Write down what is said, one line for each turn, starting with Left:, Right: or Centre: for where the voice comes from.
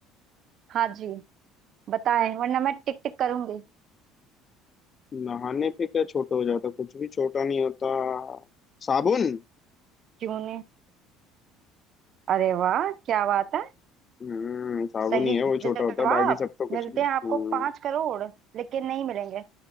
Right: हाँ जी बताएं वरना मैं टिक टिक करूंगी
Left: नहाने पे क्या छोटा हो जाता कुछ भी छोटा नहीं होता साबुन
Right: क्यों नहीं अरे वाह क्या बात है
Left: हम्म साबुन
Right: सही
Left: ही है वो छोटा
Right: जवाब
Left: होता है बाकी सब तो कुछ
Right: मिलते
Left: नहीं।
Right: हैं
Left: हम्म,
Right: आपको पांच करोड़ लेकिन नहीं मिलेंगे